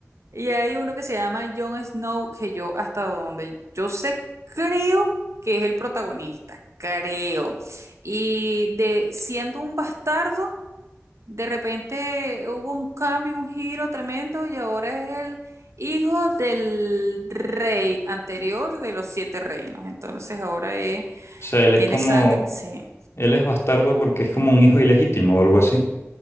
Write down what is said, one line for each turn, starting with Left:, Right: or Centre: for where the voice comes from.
Right: y hay uno que se llama Jon Snow, que yo hasta donde yo sé, creo que es el protagonista, creo. Y de siendo un bastardo, de repente hubo un cambio, un giro tremendo, y ahora es el hijo del rey anterior de los siete reinos. Entonces ahora es-
Left: O sea, él
Right: tiene
Left: es como,
Right: sangre, sí.
Left: Él es bastardo porque es como un hijo ilegítimo o algo así.